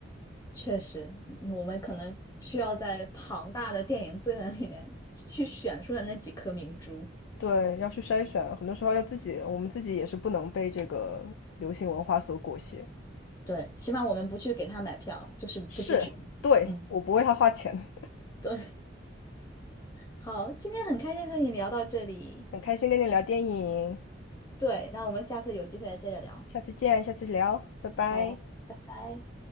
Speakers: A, on the left (about 20°); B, on the left (about 85°).
A: 确实，我们可能需要在庞大的电影资源里面去选出来那几颗明珠。
B: 对，要去筛选，很多时候要自己，我们自己也是不能被这个流行文化所裹挟。
A: 对，起码我们不去给他买票，就是不支持他嗯。
B: 是，对，我不为他花钱。
A: <laughs> 对，好，今天很开心和你聊到这里。
B: 很开心跟你聊电影，
A: 对，那我们下次有机会再接着聊。
B: 下次见，下次聊，拜拜。
A: 好，拜拜。